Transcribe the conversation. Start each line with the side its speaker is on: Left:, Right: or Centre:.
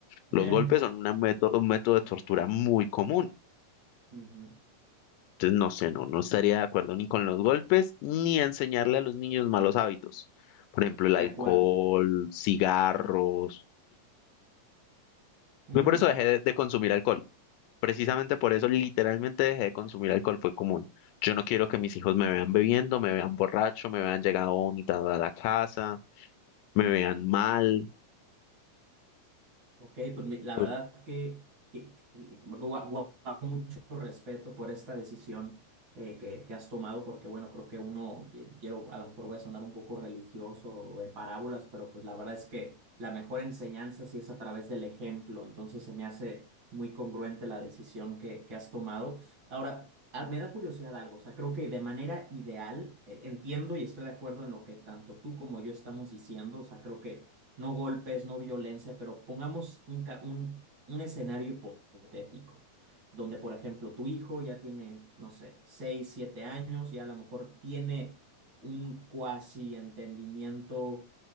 Right: <laughs>
Left: los golpes son una método, un método de tortura muy común.
Right: Ujú,
Left: Entonces, no sé, no, no estaría de acuerdo ni con los golpes ni enseñarle a los niños malos hábitos. Por ejemplo, el
Right: De
Left: alcohol,
Right: acuerdo.
Left: cigarros.
Right: Mm,
Left: Yo por eso dejé de de consumir alcohol. Precisamente por eso literalmente dejé de consumir alcohol, fue común. Yo no quiero que mis hijos me vean bebiendo, me vean borracho, me vean llegado vomitado a la casa, me vean mal.
Right: ok, pues mi- la
Left: Pues,
Right: verdad que, que- que- gua- gua- mucho respeto por esta decisión eh, que, que has tomado, porque bueno, creo que uno, y- quiero, a lo mejor voy a sonar un poco religioso o de parábolas, pero pues la verdad es que la mejor enseñanza sí es a través del ejemplo, entonces se me hace muy congruente la decisión que, que has tomado. Ahora, ah, me da curiosidad algo, o sea, creo que de manera ideal, eh, entiendo y estoy de acuerdo en lo que tanto tú como yo estamos diciendo, o sea, creo que no golpes, no violencia, pero pongamos un, ca- un, un escenario hipotético, donde, por ejemplo, tu hijo ya tiene, no sé, 6 7 años, ya a lo mejor tiene un cuasi entendimiento